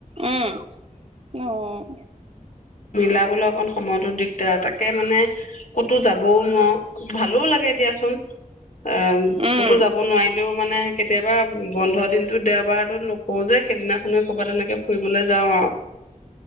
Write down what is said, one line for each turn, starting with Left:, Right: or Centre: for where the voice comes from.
Right: উম, অ'।
Left: মিলাবলে অকণ সময়তো দিগদাৰ তাকে মানে ক'তো যাবও নোৱাৰোঁ ভালো লাগে দিয়াচোন। অ',
Right: উম
Left: ক'তো যাব নোৱাৰিলেও মানে কেতিয়াবা বন্ধ দিনতো দেওবাৰটোত নকৰো যে সেইদিনাখনে কৰ'বাত তেনেকে ফুৰিবলৈ যাওঁ আৰু।